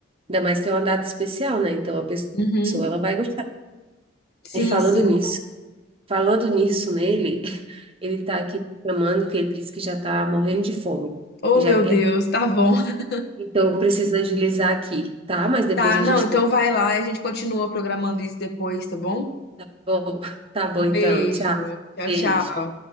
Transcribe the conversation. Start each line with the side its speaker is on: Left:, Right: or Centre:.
Right: ainda mais que é uma data especial, né? Então, a pessoa,
Left: Uhum.
Right: ela vai gostar.
Left: Sim,
Right: E falando
Left: sim.
Right: nisso, falando nisso nele, <laughs> ele tá aqui me chamando, que ele disse que já tá morrendo de fome,
Left: Oh,
Right: já
Left: meu
Right: quer
Left: Deus, tá bom. <laughs>
Right: Então, eu preciso agilizar aqui, tá? Mas depois
Left: Tá,
Right: a
Left: não,
Right: gente.
Left: então vai lá, a gente continua programando isso depois, tá bom?
Right: Tá bom, tá bom
Left: Um
Right: então.
Left: beijo.
Right: Tchau.
Left: Tchau,
Right: Beijo.
Left: tchau.